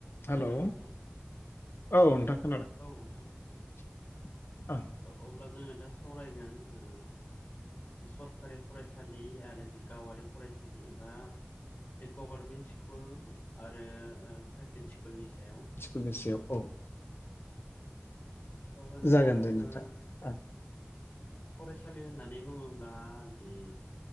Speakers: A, on the left (about 50°); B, on the left (about 80°).
A: खोनादों
B: Hello
A: नोंथां
B: औ नोंथां खोनाबाय
A: औ नोंथां
B: <inaudible>
A: अब्ला जोङो दा सावरायगोन जोङो जि सरखारि फरायसालि आरो जि गावारि फरायसालि एबा गभारमेन्ट स्कुल आरो प्राइभेट स्कुलनि सायाव
B: लोगोसेयाव औ
A: ओ नोंथां
B: जागोन दे
A: ओ
B: ओं
A: फरायसालि होननानै बुङोब्ला जि